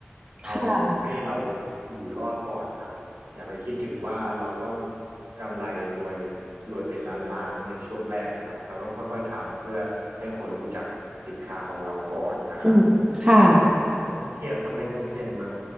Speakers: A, on the right; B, on the right.
A: เอาให้เรา
B: ค่ะ
A: อยู่รอดก่อนครับ อย่าไปคิดถึงว่าเราต้องกำไรรวยรวยเป็นล้านล้านในช่วงแรกนะครับเราต้องค่อยๆทำเพื่อให้คนรู้จักสินค้าของเราก่อนนะครับ
B: อืมค่ะ
A: ไม่ต้องเครียดครับไม่ต้องเครียดมัน